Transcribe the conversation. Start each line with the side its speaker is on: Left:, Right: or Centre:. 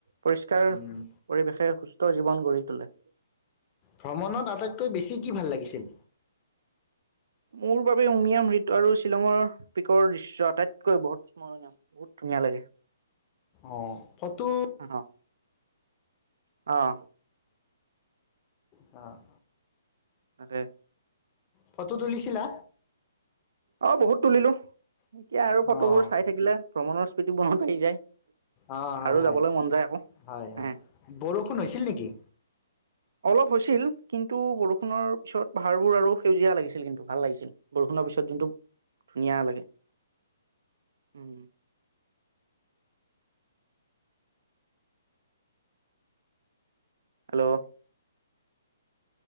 Right: পৰিষ্কাৰ
Left: উম।
Right: পৰিৱেশে সুস্থ জীৱন গঢ়ি তোলে।
Left: ভ্ৰমণত আটাইতকৈ বেছি কি ভাল লাগিছে?
Right: মোৰ বাবে উমিয়াম হৃদ আৰু শ্বিলঙৰ পিকৰ দৃশ্য আটাইতকৈ বহুত স্মৰণীয়। বহুত ধুনীয়া লাগে।
Left: অঁ', ফটো
Right: <inaudible> অ',।
Left: অ',।
Right: তাকে।
Left: ফটো তুলিছিলা?
Right: অ' বহুত তুলিলো, এতিয়া আৰু ফটোবোৰ
Left: অ'
Right: চাই থাকিলে ভ্ৰমণৰ স্মৃতি মনত আহি যায়।
Left: অ'হয়,
Right: আৰু
Left: হয়,
Right: যাবলৈ মন যায় আকৌ
Left: হয়,
Right: হে
Left: হয়, বৰষুণ হৈছিল নেকি?
Right: অলপ হৈছিল কিন্তু বৰষুণৰ পিছত পাহাৰবোৰ আৰু সেউজীয়া লাগিছিল কিন্তু ভাল লাগিছিল। বৰষুণৰ পিছত কিন্তু ধুনীয়া লাগে উম, এল্ল'